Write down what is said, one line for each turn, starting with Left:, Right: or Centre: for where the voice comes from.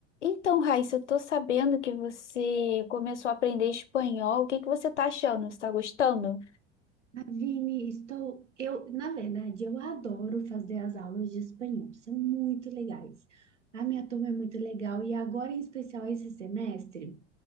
Left: Então, Raíssa, eu tô sabendo que você começou a aprender espanhol. O que que você tá achando? Você tá gostando?
Right: Vini, estou. Eu, na verdade, eu adoro fazer as aulas de espanhol, são muito legais. A minha turma é muito legal e agora, em especial, esse semestre,